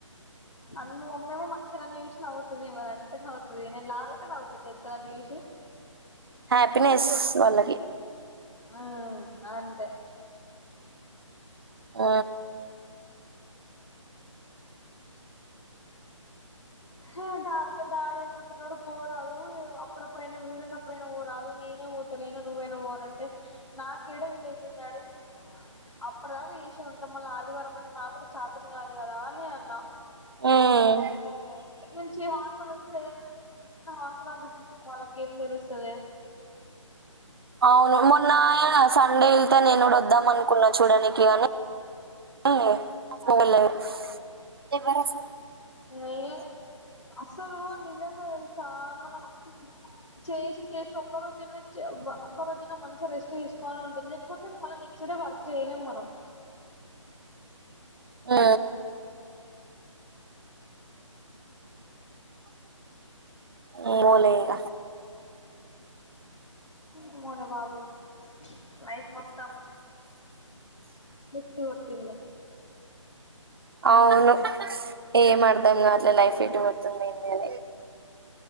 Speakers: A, on the left; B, on the right.
A: అన్, మా మమ్మీ ఏమో మంచిగా నన్ను జూసి నవ్వుతది. ఏమనంటే నవ్వుతది. నేను లావైతే నవ్వుతది, తెలుసా? నన్ను జూసి.
B: హ్యాపీనెస్! వాళ్లకి.
A: ఆ అంటే!
B: ఆ
A: హా డాడ డాడేమంటన్నడు పోరాదు అప్పుడు అప్పుడు వీలున్నప్పుడైనా పోరాదు నీ నేనే పోతలేను నువ్వైనా పో అంటే నాక్ క్కేడ వీలైతది దాడీ అప్పటి దాకా చేసే ఉంటాం మళ్ళీ ఆదివారం అంటే నా గూడా చతను గాదు గదా అనే అన్నా
B: హ్మ్
A: ఓ నుంచి హాసలుంచి ఏదైన అవస్ వాళ్ళకి ఏం తెలుస్తదే
B: అవును మొన్న సండే ఇల్త నేనుగుడ వద్దా మన్ కున్నా చూడనికివని <unintelligible> స్ ఎవరస
A: ఏ అస్సలు నిజంగా తెలుసా మనక్ చేసి చేసి ఒక్క రోజైనా అవ్వ రోజైనా మంచిగ రెస్ట్ చేసుకోవాలని ఉంటది లేకపోతే మళ్ళీ నెక్స్ట్ డే వర్క్ చేయలేం మనం
B: ఆ ఏమోలే ఇగ
A: ఏమోనే బాబు ప్ల్చ్ నైట్ మొత్తం సుత్తి కొట్టింది
B: అవును స్ ఏం అర్థం కావటలే లైఫ్ ఎటుపోతుంది ఏందని